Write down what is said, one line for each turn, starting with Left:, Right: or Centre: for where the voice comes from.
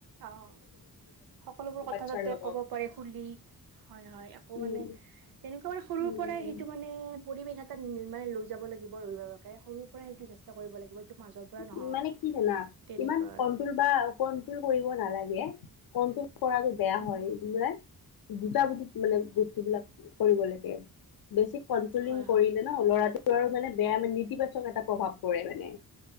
Right: অ' সকলোবোৰ কথা
Left: বাচ্ছাৰ
Right: যাতে
Left: লগত
Right: ক'ব পাৰে খুলি। হয় হয়, আকৌ
Left: উম
Right: মানে তেনেকোৱা মানে সৰুৰ
Left: উম
Right: পৰাই সেইটো মানে পৰিৱেশ এটাত মানে লৈ যাব লাগিব, সৰুৰ পৰাই সেইটো চেষ্টা কৰিব লাগিব এইটো মাজৰ পৰা নহয়
Left: উম, মানে কি জানা
Right: তেনেকুৱা
Left: ইমান
Right: আৰু
Left: কন্ট্ৰল বা কন্ট্ৰল কৰিব নালাগে, কন্ট্ৰল কৰাটো বেয়া
Right: উম,
Left: হয় বোলে বুজা বুজিত মানে বস্তুবিলাক কৰিব লাগে, বেছি কন্ট্ৰলিং
Right: হয়,
Left: কৰিলে
Right: হয়
Left: ল'ৰাটো আৰু মানে বেয়া মানে নেতিবাচক এটা প্ৰভাৱ পৰে মানে।